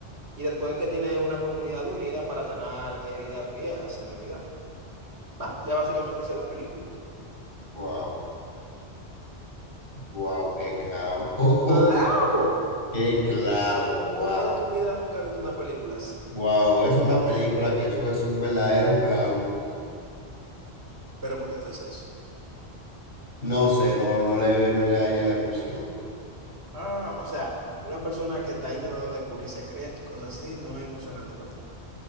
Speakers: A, on the right (about 75°); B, on the left (about 55°).
A: y del poder que tiene una comunidad unida para sanar heridas viejas en realidad. ¿Va? Ya básicamente esa es la película.
B: Wow, wow, qué clavo.
A: ¡Claro!
B: <laughs> Qué clavo, wow.
A: Tú en tu vida nunca has visto una película así.
B: Wow, es una película que eso es un verdadero clavo.
A: ¿Pero por qué tú dices eso?
B: No sé, no, no le, no le hallé la emoción.
A: Ah, o sea, una persona que está intentando descubrir secretos y cosas así no es emocionante para ti.